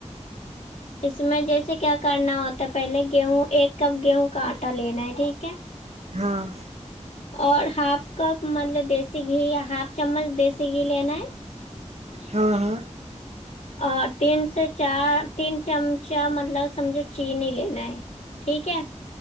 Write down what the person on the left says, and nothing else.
اس میں جیسے کیا کرنا ہوتا ہے پہلے گیہوں ایک کپ گیہوں کا آٹا لینا ہے ٹھیک ہے
اور ہاف کپ مطلب دیسی گھی یا ہاف چمچ دیسی گھی لینا ہے
اور تین سے چار تین چمچا مطلب سمجھو چینی لینا ہے ٹھیک ہے